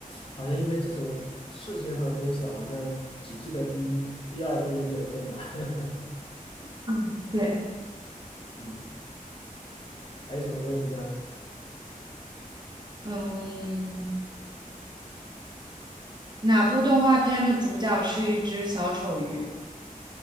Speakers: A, on the left; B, on the right.
A: 好像因为这种世界上的东西，好像只记得第一、第二都有点困难。<laughs>
B: 嗯，对，
A: 嗯，还有什么问题呢？
B: 嗯，哪部动画片的主角是一只小丑鱼？